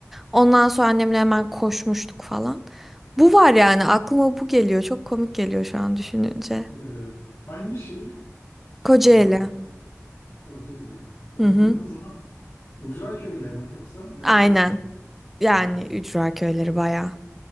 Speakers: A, in the centre; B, on the left (about 85°).
A: Ondan sonra annemle hemen koşmuştuk falan. Bu var yani aklıma bu geliyor. Çok komik geliyor şu an düşününce.
B: Ee, hangi şehir?
A: Kocaeli.
B: Ne okudun? Kocaeli. Kocaeli'nin
A: Hı hı.
B: o zaman Ucra köyleri mi yoksa merkez
A: Aynen.
B: köyleri mi?
A: Yani
B: Hmm.
A: ücra köyleri bayağı.